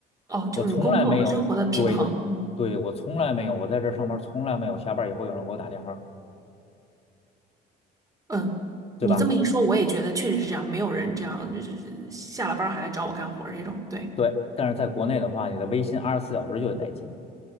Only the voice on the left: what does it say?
我从来没有，对，对，我从来没有，我在这儿上班儿从来没有下班儿以后有人给我打电话，
对吧？
对，但是在国内的话，你的微信二十四小时就得待机。